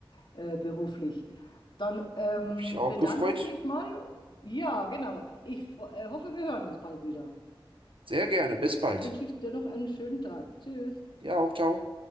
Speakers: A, on the left; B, on the right.
A: äh, beruflich. Dann ähm,
B: Hab ich auch
A: bedanke
B: gefreut.
A: ich mich mal. Ja, genau. Ich fro- äh, hoffe, wir hören uns bald wieder.
B: Sehr gerne. Bis bald.
A: Dann wünsche ich dir noch einen schönen Tag. Tschüss.
B: Ja, auch, ciao.